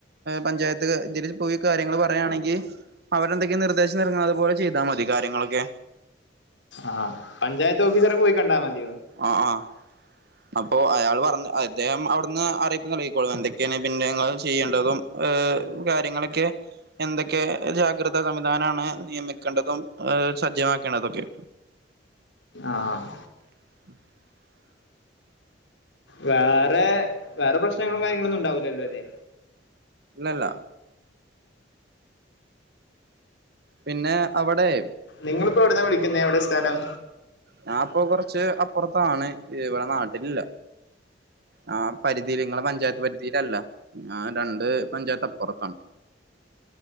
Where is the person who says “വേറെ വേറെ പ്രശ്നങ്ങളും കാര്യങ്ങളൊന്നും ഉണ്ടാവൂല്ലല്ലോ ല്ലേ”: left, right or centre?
Left